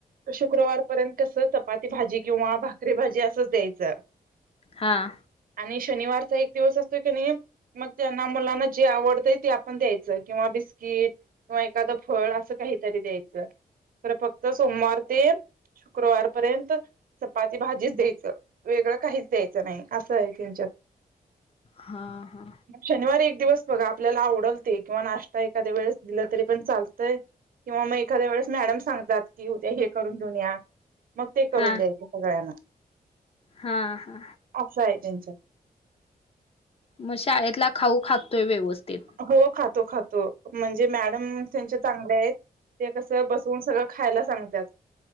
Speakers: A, on the right; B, on the left.
A: शुक्रवारपर्यंत कसं चपाती भाजी किंवा भाकरी भाजी असंच द्यायचं
B: हां
A: आणि शनिवारचा एक दिवस असतो की नाही मग त्यांना मुलांना जे आवडतंय ते आपण द्यायचं किंवा बिस्किट किंवा एखादं फळ असं काहीतरी द्यायचं तर फक्त सोमवार ते शुक्रवारपर्यंत चपाती भाजीच द्यायचं वेगळं काहीच द्यायचं नाही असं आहे त्यांच्यात
B: हां हां
A: ग शनिवारी एक दिवस बघा आपल्याला आवडलते किंवा नाश्ता एखाद्या वेळेस दिलं तरी पण चालतंय किंवा मग एखाद्या वेळेस मॅडम सांगतात की उद्या हे करून घेऊन या मग ते करून
B: हा
A: द्यायचे सगळ्यांना
B: हा हा
A: असं आहे त्यांच्यात
B: मग शाळेतला खाऊ खातोय व्यवस्थित
A: हो खातो खातो म्हणजे मॅडम त्यांचे चांगले आहेत ते कसं बसवून सगळं खायला सांगतात